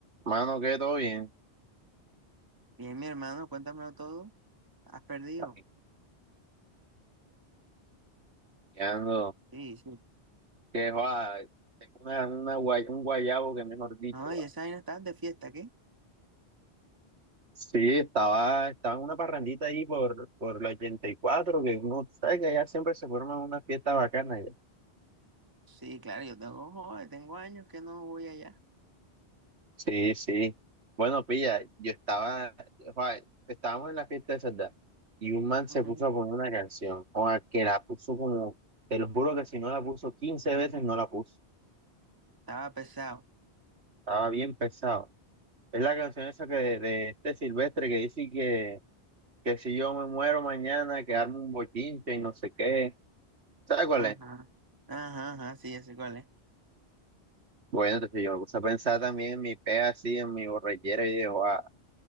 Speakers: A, on the right; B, on the right.
A: Mano, que todo bien.
B: Bien, mi hermano, cuéntamelo todo. ¿Has perdido?
A: Ay, Ando,
B: Sí, sí.
A: que va, tengo una, una guay- un guayabo que mejor dicho.
B: No, y
A: va.
B: esa vaina estás de fiesta, ¿qué?
A: Sí, estaba, estaba en una parrandita ahí por, por la 84 que uno sabe que allá siempre se forman unas fiestas bacanas. ya.
B: Sí, claro, yo tengo, joder, tengo años que no voy allá.
A: Sí, sí. Bueno, pilla, yo estaba, joa, estábamos en la fiesta de Sardá y un man
B: Ujú.
A: se puso a poner una canción, joa, que la puso como, te lo juro que si no la puso 15 veces, no la puso.
B: Estaba pesado.
A: Estaba bien pesado. Es la canción esa que de, de este Silvestre que dice que, que si yo me muero mañana, que armo un bochinche y no sé qué. ¿Sabes cuál
B: Ajá.
A: es?
B: Ajá, ajá, sí, ya sé cuál es.
A: Bueno, entonces yo me puse a pensar también en mi pega así, en mi borrachera y digo, ah,